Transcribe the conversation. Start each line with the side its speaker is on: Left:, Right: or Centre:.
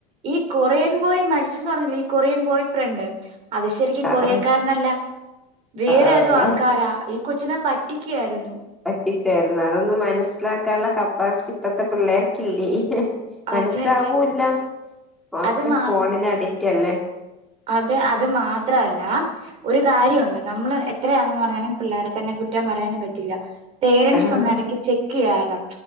Right: ഈ കൊറിയൻ ബോയ് മരിച്ചെന്ന് പറഞ്ഞില്ലേ ഈ കൊറിയൻ ബോയ് ഫ്രണ്ട് അത് ശെരിക്കും
Centre: ആഹ്
Right: കൊറിയക്കാരനല്ല വേറെഏതോ
Centre: ആഹ്
Right: ആൾക്കാരാ
Centre: ആഹ്
Right: ഈ കൊച്ചിനെ പ റ്റി ക്യായിരുന്നു
Centre: പറ്റിക്കായിരുന്നു അതൊന്നും മനസ്സിലാക്കാനുള്ള കപ്പാസിറ്റി ഇപ്പത്തെ പിള്ളേർക്കില്ലേ മനസ്സിലാവൂല്ല
Right: അതെ
Centre: ഒക്കെ
Right: അത് മാ
Centre: ഫോണിനടി റ്റല്ലേ
Right: അത് അത് മാത്രല്ല ഒരു കാര്യൊ ണ്ട് നമ്മള് എത്രയാണെന്ന് പറഞ്ഞാലും പിള്ളേരെ തന്നെ കുറ്റം പറയാനും പറ്റില്ല പേരൻറ്സ്
Centre: ആഹ്
Right: ഒന്ന ടയ്ക്ക് ചെക്ക് ക്കെയ്യാലോ